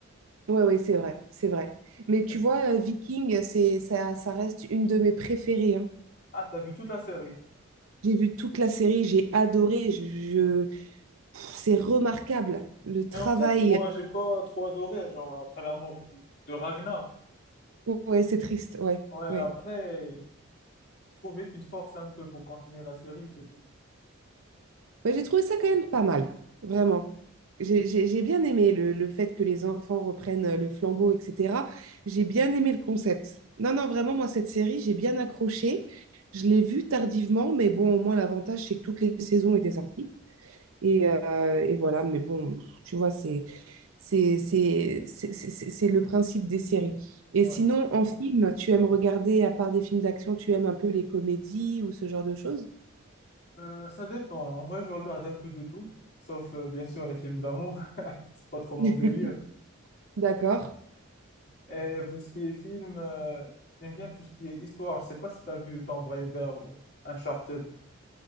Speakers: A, on the right (about 80°); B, on the left (about 50°).
A: Ouais, ouais, c'est vrai, c'est vrai. Mais tu
B: Et-
A: vois, euh, Viking, c'est, ça, ça reste une de mes préférées. hein.
B: ah, t'as vu toute la série.
A: J'ai vu toute la série, j'ai adoré. Je, je- Pff, C'est remarquable. Le travail.
B: Mais en fait, moi, j'ai pas trop adoré, genre, après la mort du- de Ragnar.
A: Ouais, c'est triste. Ouais,
B: Ouais, après.
A: ouais.
B: Je trouvais qu'il force un peu pour continuer la série, c'est tout.
A: Ouais, j'ai trouvé ça quand même pas mal, vraiment. J'ai j'ai- j'ai bien aimé le, le fait que les enfants reprennent euh, le flambeau, etc. J'ai bien aimé le concept. Non, non, vraiment, moi, cette série, j'ai bien accroché. Je l'ai vue tardivement, mais bon, au moins, l'avantage, c'est que toutes les saisons étaient sorties. Et, euh, et voilà, mais bon, tu vois, c'est c'est c'est- c'est- c'est- c'est- c'est le principe des séries. Et
B: Ouais.
A: sinon, en film, tu aimes regarder, à part des films d'action, tu aimes un peu les comédies ou ce genre de choses?
B: Euh, ça dépend. En vrai, je regarde un peu de tout, sauf euh, bien sûr les films d'amour. <laughs> C'est pas trop mon
A: <laughs>
B: délire.
A: D'accord.
B: Et pour ce qui est film, euh, j'aime bien tout ce qui est histoire. Je sais pas si tu as vu Tomb Raider ou Uncharted.